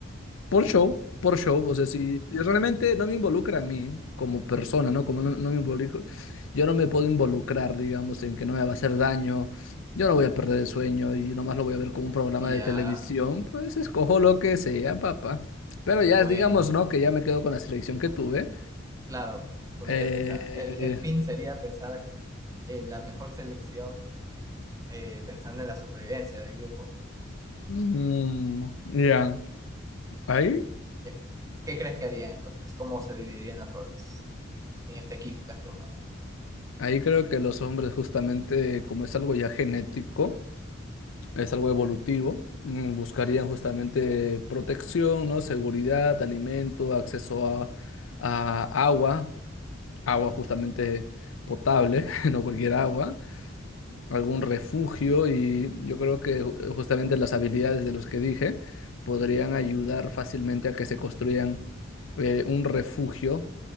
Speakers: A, on the left; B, on the right.
A: Por show, por show, o sea, si, si realmente no me involucra a mí como persona, ¿no? Como no, no me involucro, yo no me puedo involucrar, digamos, en que no me va a hacer daño, yo no voy a perder el sueño y nomás lo voy a ver como un programa
B: ya,
A: de televisión, pues escojo lo que sea, papá. Pero ya,
B: bueno,
A: digamos, ¿no? Que ya me quedo con la selección que tuve.
B: claro, porque
A: Eh,
B: eh, o sea, el, el fin sería pensar en la mejor selección eh, pensando en la supervivencia del grupo.
A: mm, ya, Ahí,
B: Ya. ¿Qué crees que harían entonces? ¿Cómo se dividirían los roles en este equipo que has formado?
A: ahí creo que los hombres justamente, como es algo ya genético, es algo evolutivo. mm, Buscarían justamente protección, ¿no? Seguridad, alimento, acceso a, a agua, agua justamente potable, <laughs> no cualquier agua, algún refugio y yo creo que ju- justamente las habilidades de los que dije podrían ayudar fácilmente a que se construyan eh, un refugio